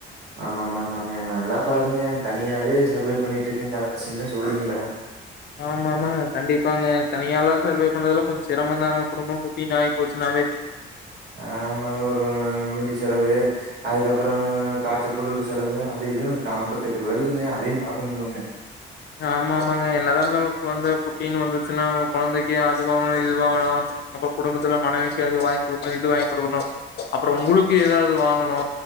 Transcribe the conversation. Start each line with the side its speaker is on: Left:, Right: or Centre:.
Right: ஆமா ஆமாங்க நல்லா பாருங்க தனியாவே சர்வே பண்ணிட்ருக்குங்க அதா சின்ன சொல்றீங்களா
Left: ஆமா ஆமாங்க கண்டிப்பாங்க தனியாலா சர்வே பண்றதுல கொஞ்சோ சிரமந்தாங்க குடும்போ குட்டின் ஆயிபோச்சுனாவே
Right: ஆமாங்க ஒரு மிம்பிக் செலவு அதுக்கப்பறோ காச்ச குளுரு செலவு அது இதுனு காம்பத்தெட்டு வருதுங்க அதையு பாக்கணுமிலுங்க
Left: ஆமா ஆமாங்க என்னதா இருந்தாலு குழந்த குட்டின்னு வந்துச்சுன்னா கொழந்தைக்கு அது வாங்கணு இது வாங்கணு அப்ப குடும்பத்துல மனைவிக்கு அது வாங்கி குடுக்கணு இது வாங்கி குடுக்கணு அப்பறோ உங்களுக்கு ஏதாவது வாங்கணு